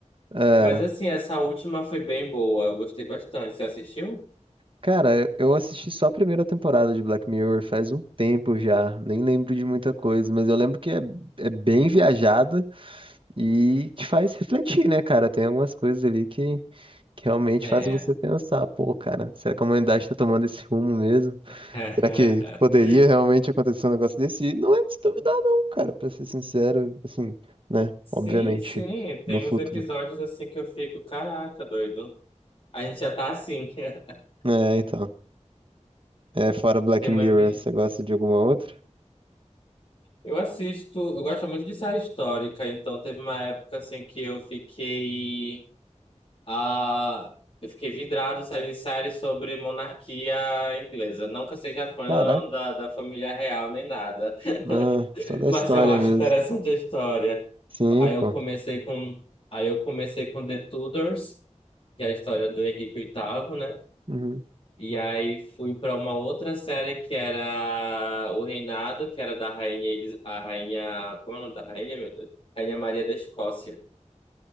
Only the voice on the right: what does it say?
É.
Cara, eu assisti só a primeira temporada de Black Mirror faz um tempo já. Nem lembro de muita coisa, mas eu lembro que é, é bem viajada e te faz refletir, né, cara? Tem algumas coisas ali que que realmente
fazem você pensar, pô, cara, será que a humanidade está tomando esse rumo mesmo?
Será que poderia realmente acontecer um negócio desse? E não é de se duvidar, não, cara, pra ser sincero, assim, né?
Obviamente,
no futuro.
É, então. É, fora Black
Mirror,
você gosta de alguma outra?
Caraca,
ah,
só da
história
mesmo.
Sim,
pô.
Uhum.